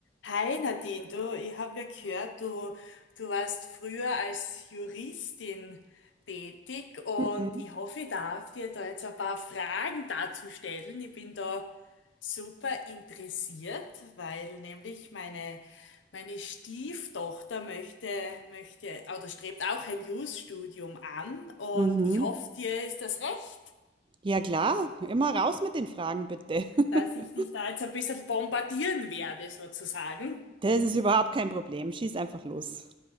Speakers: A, on the left; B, on the right.
A: Hi Nadine, du, ich habe ja gehört, du, du warst früher als Juristin tätig und
B: Mhm.
A: ich hoffe, ich darf dir da jetzt ein paar Fragen dazu stellen. Ich bin da super interessiert, weil nämlich meine, meine Stieftochter möchte, möchte oder strebt auch ein Jus-Studium an und
B: Mhm.
A: ich hoffe, dir ist das recht,
B: Ja klar, immer raus mit den Fragen bitte. <laughs>
A: dass ich dich da jetzt ein bisschen bombardieren werde sozusagen.
B: Das ist überhaupt kein Problem. Schieß einfach los.